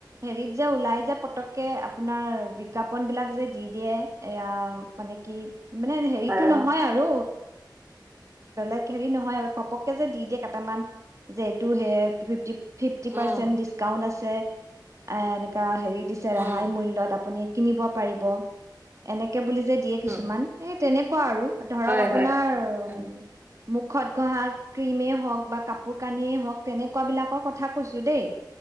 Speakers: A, on the right (about 40°); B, on the right (about 25°).
A: হেৰিত যে ওলাই যে পতককে। আপোনাৰ বিজ্ঞাপন বিলাক যে দি দিয়ে এয়া মানে কি মানে হেৰিতো
B: আহ,
A: নহয় আৰু বেলেগ হেৰি নহয় আৰু ঘপককে যে দি দিয়ে কাট কেটামান যে এইটো সে ফিফটি ফিফটি
B: উম
A: পাৰ্চেন্টে ডিছকাউণ্ট আছ আছে, এ এনেকা হেৰি দিছে,
B: উম
A: ৰেহাই মূল্যত আপুনি কিনিব পাৰিব। এনেকে বুলি য যে দিয়ে কিছুমান
B: উম,
A: এ তেনেকুৱা আৰু। ধৰক
B: হয়
A: আপোনাৰ
B: হয় অ',
A: ‌উম মুখত ঘঁহা ক্ৰীমেই হওঁক বা কাপোৰ কানিয়েই হওঁক তেনেকুৱা বিলাকৰ কথা কৈছো দেই।